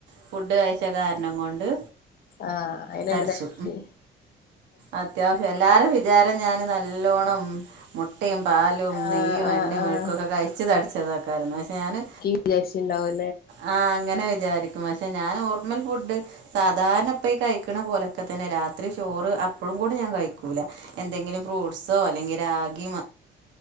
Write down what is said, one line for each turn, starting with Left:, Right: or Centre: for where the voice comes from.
Right: ഫുഡ് കഴ്ച്ച കാരണം കൊണ്ട്
Left: ആഹ് അയിനാണ്ട്
Right: തടിച്ചു
Left: തടിച്ച്
Right: അത്യാവശ്യം എല്ലാര വിചാരം ഞാൻ നല്ലോണം മുട്ടയും, പാലും,
Left: ആഹ്
Right: നെയ്യും,
Left: ആഹ്
Right: എണ്ണയും
Left: ആഹ്
Right: മെഴുക്കും ഒക്കെ കഴിച്ച് തടിച്ചതയ്ക്കാരംന്നു പക്ഷെ ഞാന്
Left: വിചാരിച്ചിണ്ടാവും
Right: ആ അങ്ങനെ വിചാരിക്കും പക്ഷെ ഞാൻ നോർമൽ ഫുഡ് സാധാരണപ്പ കഴിക്കണ പോലെയൊക്കെ തന്നെ രാത്രി ചോറ് അപ്പോഴും കൂടെ ഞാൻ കഴിക്കൂല എന്തെങ്കിലും ഫ്രൂട്ട്സോ അല്ലെങ്കിൽ രാഗി